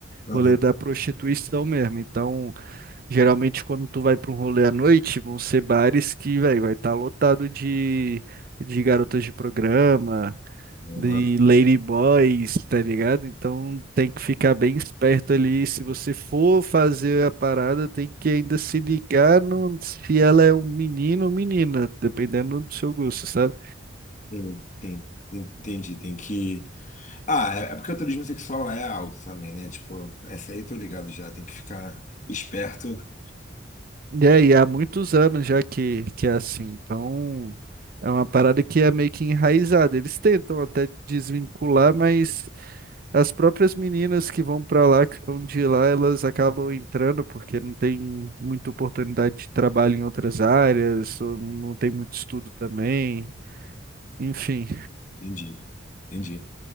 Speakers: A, on the left; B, on the right.
A: Aham.
B: O rolê da prostituição mesmo. Então, Geralmente, quando tu vai pra um rolê à noite, vão ser bares que, véi, vai estar lotado de, de garotas de programa,
A: Aham.
B: de ladyboys, tá ligado? Então tem que ficar bem esperto ali. Se você for fazer a parada, tem que ainda se ligar no, se ela é um menino ou menina, dependendo do seu gosto, sabe?
A: Tem, tem, tem- entendi, tem que. Ah, é é porque o turismo sexual lá é alto também, né? Tipo, essa aí eu tô ligado já, tem que ficar esperto.
B: E aí, há muitos anos já que, que é assim. Então, é uma parada que é meio que enraizada. Eles tentam até desvincular, mas As próprias meninas que vão pra lá, que são de lá, elas acabam entrando porque não tem muita oportunidade de trabalho em outras áreas, ou não tem muito estudo também, enfim.
A: Entendi, entendi.